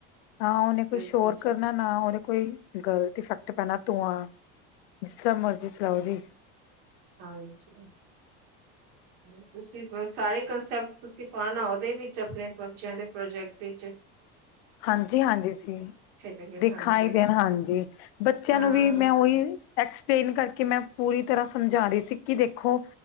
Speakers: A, on the left; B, on the right.
A: ਹਾਂ ਉਹਨੇ ਕੋਈ
B: ਬਿਲਕੁਲ
A: ਸ਼ੋਰ
B: ਜੀ
A: ਕਰਨਾ ਨਾ ਉਹਦੇ ਕੋਈ ਗਲਤ ਇਫੈਕਟ ਪੈਣਾ ਧੂੰਆਂ ਜਿਸ ਤਰ੍ਹਾਂ ਮਰਜ਼ੀ ਚਲਾਓ ਜੀ।
B: ਹਾਂਜੀ ਤੁਸੀਂ ਸਾਰੇ ਕੰਸੈਪਟ ਤੁਸੀਂ ਪਾਣਾ ਓਰ- ਉਹਦੇ ਵਿੱਚ ਆਪਣੇ ਬੱਚਿਆਂ ਦੇ ਪ੍ਰੋਜੈਕਟ ਇਚ-
A: ਹਾਂਜੀ-ਹਾਂਜੀ ਸੀ-
B: ਲਗੇ
A: ਦਿਖਾਈ
B: ਹਾਂਜੀ
A: ਦੇਣ ਹਾਂਜੀ ਬੱਚਿਆਂ
B: ਹਾਂ
A: ਨੂੰ ਵੀ ਮੈਂ ਉਹੀ ਐਕਸਪਲੇਨ ਕਰਕੇ ਮੈਂ- ਪੂਰੀ ਤਰ੍ਹਾਂ ਸਮਝਾ ਰਹੀ ਸੀ ਕਿ ਦੇਖੋ